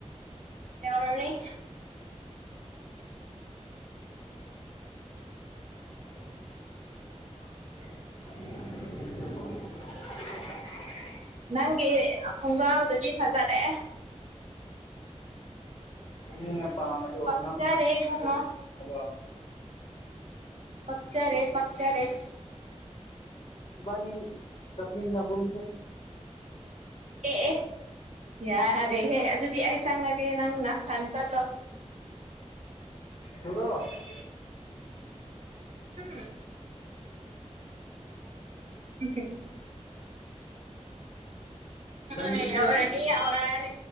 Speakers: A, on the right (about 70°); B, on the left (about 60°).
A: ꯂꯎꯔꯅꯤ <unintelligible>
B: <unintelligible> <unintelligible>
A: ꯅꯪꯒꯤ ꯈꯣꯡꯒ꯭ꯔꯥꯎꯗꯨꯗꯤ ꯐꯖꯔꯦ
B: ꯃꯤꯅ ꯄꯥꯝꯕꯗꯣ
A: ꯄꯛꯆꯔꯦ
B: ꯅꯪ
A: ꯏꯕꯨꯡꯉꯣ
B: ꯑꯗꯣ
A: ꯄꯛꯆꯔꯦ ꯄꯛꯆꯔꯦ
B: ꯏꯕꯥꯅꯤ ꯆꯠꯃꯤꯅꯒꯨꯝꯁꯦ
A: ꯑꯦ ꯑꯦ ꯌꯥꯔꯦꯍꯦ ꯑꯗꯨꯗꯤ ꯑꯩ ꯆꯪꯉꯒꯦ ꯅꯪ ꯅꯊꯟ ꯆꯠꯂꯣ
B: ꯇꯨꯔꯣ <unintelligible>
A: ꯍꯨꯝ <unintelligible>
B: ꯂꯝꯕꯤꯁꯦ
A: ꯎꯝ ꯌꯥꯎꯔꯅꯤ ꯌꯥꯎꯔꯅꯤ